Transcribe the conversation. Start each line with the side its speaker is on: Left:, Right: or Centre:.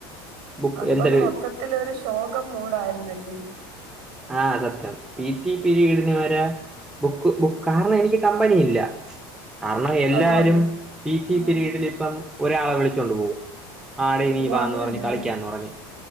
Centre: ബുക്ക്
Right: അപ്പം
Centre: എന്തൊരു
Right: മൊത്തത്തിലൊരു ശോകമൂടായിരുന്നല്ലേ
Centre: ആഹ് സത്യം പീട്ടി പിരീഡിന് വരെ ബുക്ക് ബുക്ക് കാരണനിക്ക് കമ്പനി ഇല്ല കാരണം എല്ലാരും
Right: അതുകൊണ്ട്
Centre: പീട്ടി
Right: ഉം
Centre: പിരീഡിൽ
Right: ഉം
Centre: ഇപ്പ ഒരാളെ വിളിച്ചൊണ്ട് പോകും വാട നീ
Right: ഓ
Centre: വാ
Right: അങ്ങനെ
Centre: പറഞ്ഞ് കളിക്കാന്ന്റഞ്ഞ്